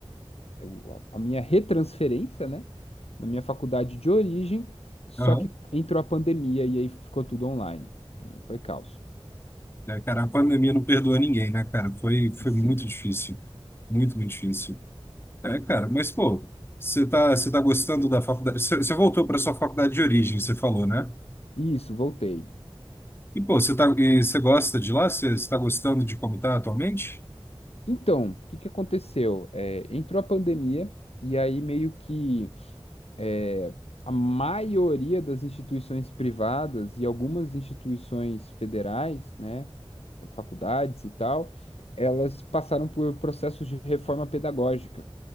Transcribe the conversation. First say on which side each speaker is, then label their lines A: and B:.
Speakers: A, on the left; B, on the left.
A: é, é, eu- a minha retransferência, né? Na minha faculdade de origem, só
B: Aham.
A: que entrou a pandemia e aí ficou tudo online. Aí foi caos.
B: É, cara, a pandemia não perdoa ninguém, né, cara? Foi, foi
A: Sim.
B: muito difícil. Muito, muito difícil. É, cara, mas, pô, você tá, você tá gostando da faculdade? Você você voltou para sua faculdade de origem, você falou, né?
A: Isso, voltei.
B: E, pô, você tá, e você gosta de lá? Você, você tá gostando de como tá atualmente?
A: Então, o que que aconteceu? É, entrou a pandemia e aí meio que é, a maioria das instituições privadas e algumas instituições federais, né, faculdades e tal, elas passaram por processos de reforma pedagógica.